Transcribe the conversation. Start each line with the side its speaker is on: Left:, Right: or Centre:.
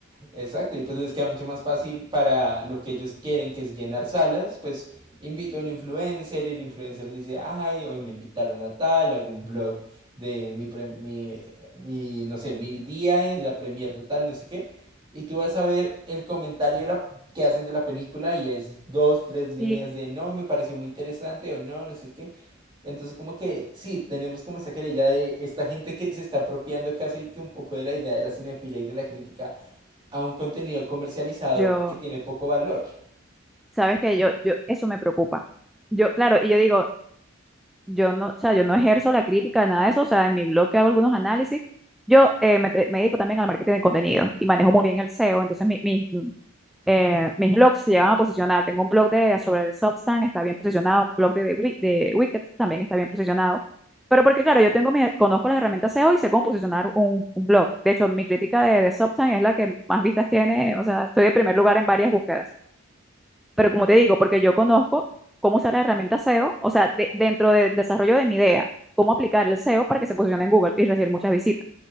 Right: Exacto, y pues les queda mucho más fácil para lo que ellos quieren, que es llenar salas, pues invito a un influencer y el influencer dice, ay, hoy me invitaron a tal, algún blog de mi, pre- mi, mi, no sé, mi día en la premier de tal, no sé qué, y tú vas a ver el comentario de la, que hacen de la película y es dos, tres líneas
Centre: Sí.
Right: de no, me pareció muy interesante o no, no sé qué. Entonces como que sí, tenemos como esa querella de esta gente que se está apropiando casi que un poco de la idea de la cinefilia y de la crítica a un contenido comercializado
Centre: Yo,
Right: que tiene poco valor.
Centre: sabes que yo, yo, eso me preocupa. Yo, claro, y yo digo, yo no, o sea, yo no ejerzo la crítica, nada de eso, o sea, en mi blog que hago algunos análisis, yo eh, me, te- me dedico también al marketing de contenido y manejo muy bien el SEO, entonces mi- mi- mm, eh, mis blogs se llegan a posicionar, tengo un blog de, sobre el Substack, está bien posicionado, un blog de, de, Wi- de Wicked también está bien posicionado, pero porque claro, yo tengo mi- conozco las herramientas SEO y sé cómo posicionar un, un blog, de hecho, mi crítica de, de Substack es la que más vistas tiene, o sea, estoy de primer lugar en varias búsquedas. Pero como te digo, porque yo conozco cómo usar la herramienta SEO, o sea, de- dentro del desarrollo de mi idea, cómo aplicar el SEO para que se posicione en Google y recibir muchas visitas.